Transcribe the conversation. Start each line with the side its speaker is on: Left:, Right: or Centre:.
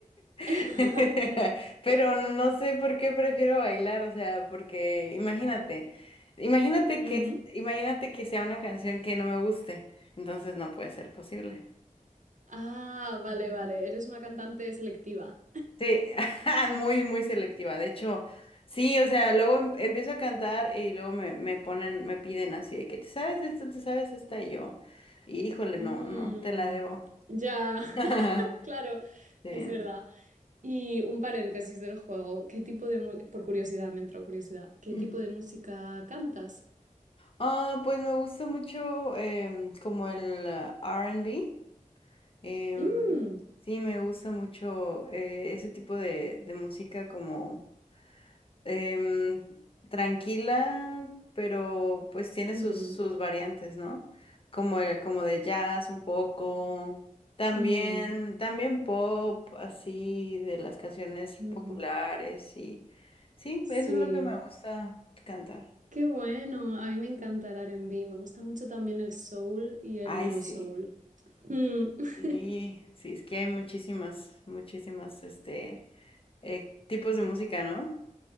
Right: <laughs>
Left: <laughs> Pero no sé por qué prefiero bailar, o sea, porque imagínate, imagínate
Right: Ujú.
Left: que, imagínate que sea una canción que no me guste, entonces no puede ser posible.
Right: Ah, vale,
Left: Ujú.
Right: vale. Eres una cantante selectiva.
Left: Sí, <laughs> muy, muy selectiva. De hecho, sí, o sea, luego em- empiezo a cantar y luego me, me ponen, me piden así de que te sabes esto, te sabes esta y yo. Y híjole, no,
Right: Mm,
Left: no, te la debo.
Right: ya,
Left: <laughs>
Right: <laughs> claro,
Left: Sí.
Right: es verdad. Y un paréntesis del juego. ¿Qué tipo de mu- por curiosidad, me entró curiosidad. ¿Qué
Left: Ujú.
Right: tipo de música cantas?
Left: Ah, pues me gusta mucho em, como el ah, R&B. Em,
Right: Mm,
Left: sí, me gusta mucho eh, ese tipo de, de música como em, tranquila, pero pues tiene
Right: mm,
Left: sus, sus variantes, ¿no? Como, el- como de jazz un poco, también,
Right: mm,
Left: también pop, así, de las canciones
Right: ujú.
Left: populares y sí,
Right: Sí.
Left: eso es lo que me gusta cantar.
Right: Qué bueno, a mí me encanta el R&B, me gusta mucho también el soul y el
Left: Ay,
Right: neo
Left: sí,
Right: soul. Mm, <laughs>
Left: sí, sí, es que hay muchísimas, muchísimas, este, eh, tipos de música, ¿no?